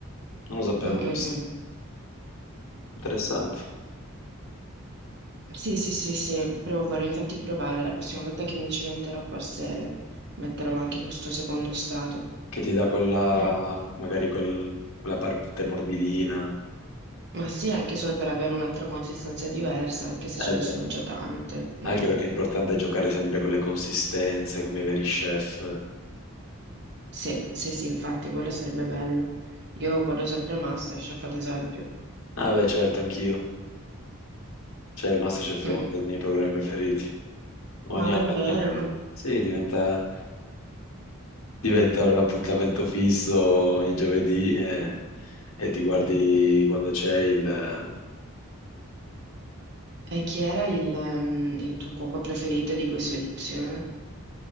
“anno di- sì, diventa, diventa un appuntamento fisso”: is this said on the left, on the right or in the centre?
Left